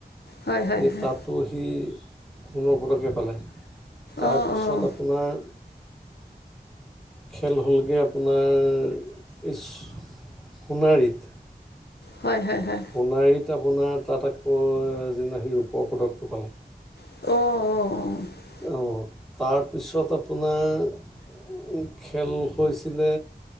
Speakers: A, on the left; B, in the centre.
A: হয় হয়
B: এই
A: হয়
B: তাতো সি সোণৰ পদকে পালে। তাৰপিছত
A: অঁ অঁ
B: আপোনাৰ খেল হ'লগৈ আপোনাৰ ইচ সোণাৰিত।
A: হয় হয় হয়।
B: সোণাৰীত আপোনাৰ তাত আকৌ, যনা সি ৰূপৰ পদকটো পালে।
A: অ', অ', অ'।
B: অ, তাৰপিছত আপোনাৰ খেল হৈছিলে,